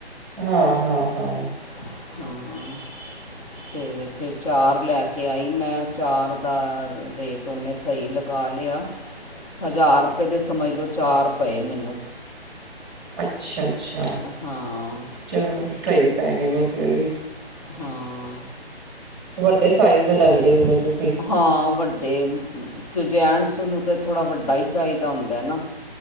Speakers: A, in the centre; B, on the left.
A: ਹਾਂ ਹਾਂ ਹਾਂ
B: <unintelligible> ਅਤੇ ਫਿਰ ਚਾਰ ਲੈਕੇ ਆਈ ਮੈ ਚਾਰ ਦਾ ਰੇਟ ਉਨੇ ਸਹੀ ਲਗ ਗਾ ਲਿਆ ਹਜ਼ਾਰ ਰੁਪਏ ਦੇ ਸਮਝ ਲਓ ਚਾਰ ਪਏ ਮੈਨੂੰ
A: ਅਛਾ ਅਛਾ
B: ਹਾਂ
A: ਚਲੋ ਸਹੀ ਪੈ ਗਏ ਨੇ ਫਿਰ ਵੀ
B: ਹਾਂ
A: ਵਡੇ ਸਾਈਜ਼ ਦੇ
B: ਅਤੇ
A: ਲੈਦੇ ਹੁੰਨੇ ਤੁਸੀ
B: ਹਾਂ ਵੱਡੇ ਕਿਉ ਜੇਟਸ ਨੂੰ ਤਾਂ ਥੋੜ੍ਹਾ ਵਡਾ ਹੀ ਚਾਹੀਦਾ ਹੁੰਦਾ ਨਾ